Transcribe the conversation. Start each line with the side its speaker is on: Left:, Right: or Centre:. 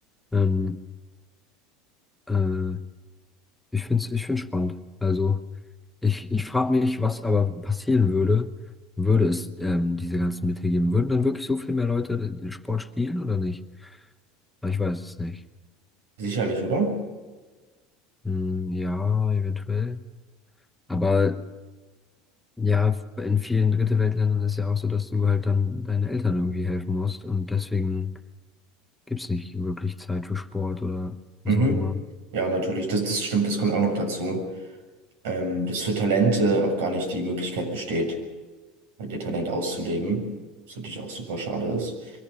Centre: Ähm, äh, ich finde es ich find's spannend. Also. Ich, ich frage mich, was aber passieren würde, würde es ähm, diese ganzen Mittel geben. Würden dann wirklich so viel mehr Leute den Sport spielen oder nicht? Aber ich weiß es nicht.
Right: Sicherlich, oder?
Centre: Hm, ja, eventuell. Aber ja, in vielen Dritte-Welt-Ländern ist ja auch so, dass du halt dann deinen Eltern irgendwie helfen musst und deswegen gibt es nicht wirklich Zeit für Sport oder
Right: Mhm.
Centre: was auch immer.
Right: Ja, natürlich, das, das stimmt, das kommt auch noch dazu, ähm, dass für Talente auch gar nicht die Möglichkeit besteht, halt ihr Talent auszuleben, was natürlich auch super schade ist.